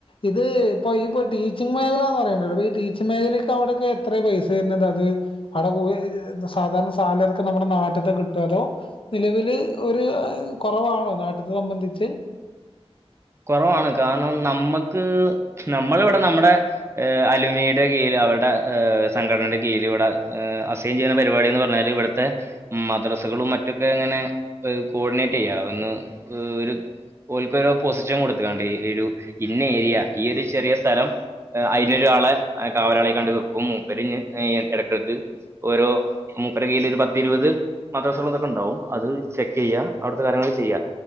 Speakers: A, on the left; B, on the right.
A: ഇത് ഇപ്പൊ ഇപ്പോ ടീച്ചിങ് മേഖല എന്ന് പറയണ്ടല്ലോ അപ്പ ഈ ടീച്ചിങ് മേഖലയ്ക്ക് അവിടയക്ക എത്ര പൈസ തരുന്നത് അത് അവിടെ കുടിയ സാധാരണ സാലറക്ക് ക്കെ നമ്മുടെ നാട്ടത്തെ കിട്ടും അതോ നിലവില് ഒരു കുറവാണോ നാട്ടത്തെ സംബന്ധിച്ച്
B: കുറവാണ് കാരണം നമ്മുക്ക് നമ്മളിവിടെ നമ്മുടെ ഏഷ് അലമിയുടെ കീഴിൽ അവരുടെ് സംഘടനയുടെ കീഴിൽ ഇവിടെ ഏഹ് <unintelligible> ജീന പരിപാടി എന്ന് പറഞ്ഞല് ഇവിടുത്തെ മദ്രസകളും മറ്റൊക്കെ ഇങ്ങനെ ഒ കോഡിനേറ്റെയ്യ ഒന്ന് ഒരു ഓൽക്കോരോ പൊസിഷൻ കൊടുത്ത്കാണ്ട് ഈ ഒരു ഇന്ന ഏരിയ ഈ ഒരു ചെറിയ സ്ഥലം അയ്നൊരാളെ കാവലാളായ്കാണ്ട് വെക്കും. മൂപ്പര് ഇഞ്ഞ് ഇടക്കെട്ക്ക് ഓരോ മൂപ്പര കൽ ഒരു പത്തി ഇരുപത് മദസ്ഥലം ഇതൊക്കെ ഉണ്ടാവും അത് ചെക്ക് ചെയ്യാം അവിടുത്തെ കാര്യങ്ങൾ ചെയ്യാ